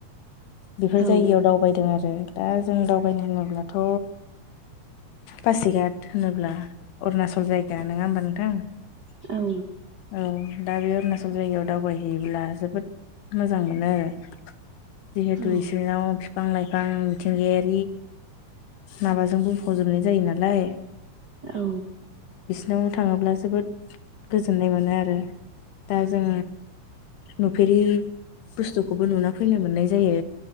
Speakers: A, on the left; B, on the right.
A: बेफोर
B: औ
A: जायगायाव दावबायदों आरो दा जों दावबायनो होनोब्लाथ पासिगाट होनोब्ला अरुणचल जायगा नङा होमबा नोंथां
B: औ
A: औ दा बे अरुणाचल जायगायाव दावबायहैयोब्ला जोबोद मोजां मोनो आरो जिहेथु
B: औ
A: सिंङाव बिफां लाइ फां मिथिंगायारि माबाजों बुंफावजोबनाय जायो नालाय
B: औ
A: नो थाङोब्ला जोबोद गोजोननाय मोनो आरो दा जों नु फेरि बुस्थुखौबो नुना फैनो मोननाय जायो